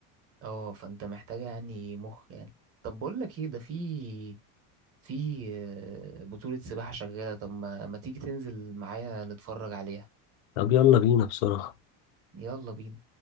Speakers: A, on the right; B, on the left.
A: اه فانت محتاجة يعني مخ يعني طب بقول لك ايه ده في في آه، بطولة سباحة شغالة طب ما ما تيجي تنزل معايا نتفرج عليها
B: طب يلا بينا بسرعه
A: يلا بينا